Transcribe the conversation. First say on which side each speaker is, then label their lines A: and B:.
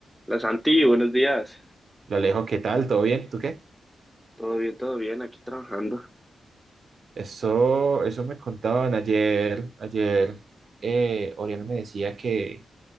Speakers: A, in the centre; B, on the right.
A: La Santi, buenos días.
B: Lo Alejo, ¿qué tal? ¿Todo bien? ¿Tú qué?
A: Todo bien, todo bien, aquí trabajando.
B: Eso, eso me contaban ayer, ayer. Eh, Oriana me decía que